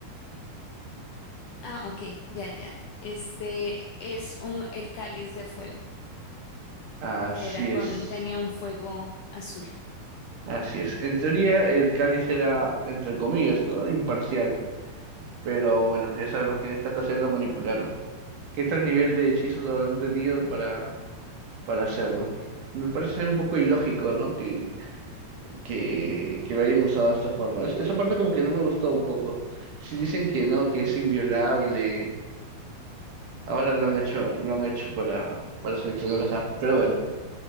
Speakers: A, on the left; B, on the right.
A: Ah, ok, ya, ya. Este es un, el cáliz de fuego,
B: Así
A: que era con,
B: es,
A: tenía un fuego azul.
B: así es. En teoría, el cáliz era, entre comillas, ¿no? Imparcial. Pero bueno, ya sabemos que en esta ocasión lo manipularon. ¿Qué tal nivel de hechizos habrán tenido para, para hacerlo? Me parece un poco ilógico, ¿no? Que, que, que lo hayan usado de esta forma. Es- esa parte como que no me gustó un poco. Si dicen que no, que es inviolable, ahora lo han hecho, lo han hecho para, para seleccionar a Harry. Pero bueno.